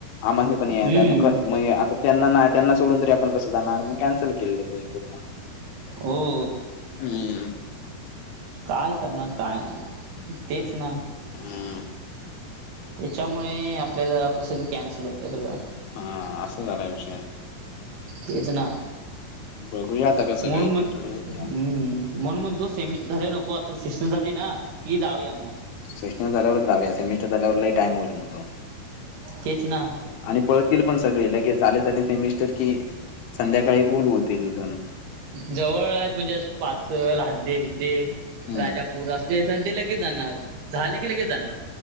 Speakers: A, on the left; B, on the right.
A: आम्हांने पणं
B: हम्म
A: यायचं आहे मगं म्हं आंता त्यांना नाहीं त्यांना सोडूंन तरी आपणं कसं जाणारं मंग कॅन्सलं केलेलं ते पूर्ण
B: हो
A: हम्मं
B: कायं करणारं कायं नाहीं तेचं नां
A: हम्म
B: त्यांच्यामुळे आपल्यांला आपलं सगळं कॅन्सल होतंय सगळं
A: हां असां झालां विषय
B: तेचं नां
A: बघूया आता कसं
B: म्हूंन
A: काय
B: म्हं
A: ते
B: हम्मं
A: ठरवूया
B: म्हंण मंग तो सेमिस्टर झालां नको आंता सिस्टरं झाली नां की जाऊंया मंग
A: सेशनर झावरं जां यां सेमस्टर झाल्यांवरलांही टाइमोललं मतो
B: तेचं नां
A: आणि पळतील पणं सगळें लं के झाले झाले सेमिस्टर कि संध्याकाळी गोल होतील इं देने
B: जवळं आहेतं म्हणजे असं पाचंल हद्दं बिद्दे
A: हम्म
B: राजांपूर असले असं ते लगेचं जाणारं झाले की लगेचं जाणारं